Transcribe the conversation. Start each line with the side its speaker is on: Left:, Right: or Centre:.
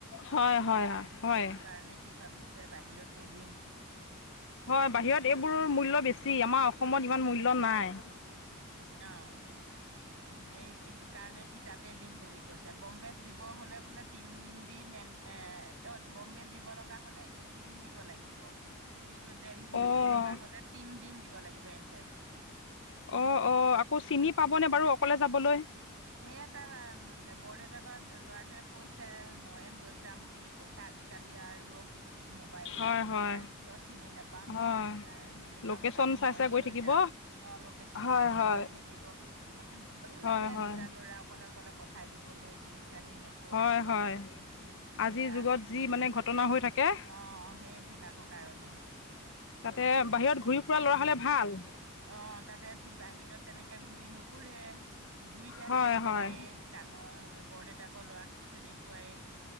Left: হয় হয়
Right: অ',
Left: হয়
Right: সেইটো কাৰণে সি ভাবিছ বাহিৰতে দিম
Left: হয় বাহিৰত এইবোৰৰ মূল্য বেছি আমাৰ অসমত ইমান মূল্য নাই।
Right: অ', সেইকাৰণে সি তাতে দিম বুলি কৈছে বম্বে দিব হলে বোলে তিন দিন এ অ', বম্বেত দিব লগা হ'লে এদিন দিব লাগিব। কিন্তু দেলহিত
Left: অঁ
Right: দিব লগা হ'লে তিন দিন দিব লাগিব এনট্ৰেঞ্চ।
Left: অ', অ'আকৌ চিনি পাবনে বাৰু অকলে যাবলৈ?
Right: সেই এটা বৰদেউতাকৰ ল'ৰাটোৱে কৈছে ময়ে লৈ যাম বুলি। কৈছে আজিকালি আৰু মোবাইলৰ
Left: হয়
Right: যুগ
Left: হয়
Right: আৰু কিয় চিনি নাপাম।
Left: হয়
Right: চিনি
Left: লোকেশ্যন
Right: পাম সেইকাৰণে
Left: চাই
Right: ময়ে
Left: চাই গৈ
Right: লৈ
Left: থাকিব
Right: যাম অ', লোকেশচন
Left: হয়
Right: চাই। চাই
Left: হয়
Right: গৈ থাকিব তথাপি ভয়ো
Left: হয়
Right: লাগে
Left: হয়
Right: দুটা ল'ৰা অকলে, অকলে। পঠাই দিবলৈ চিনি জানি নেপাই।
Left: হয়, হয়।
Right: সেয়া
Left: আজিৰ যুগত
Right: সিহঁতে
Left: যি মানে ঘটনা হৈ থাকে
Right: অ', সেইবিলাকৰ কাৰণেই।
Left: তাতে বাহিৰত ঘূৰি ফুৰা ল'ৰা হলে ভাল।
Right: অ', তাতে বাহিৰত তেনেকে ঘূৰি নুফুৰে দুইটা
Left: হয়
Right: তেনেকুৱাইে।
Left: হয়
Right: ডাঙৰ বৰদউতাকৰ ল'ৰাটোও তেনেকুৱাই।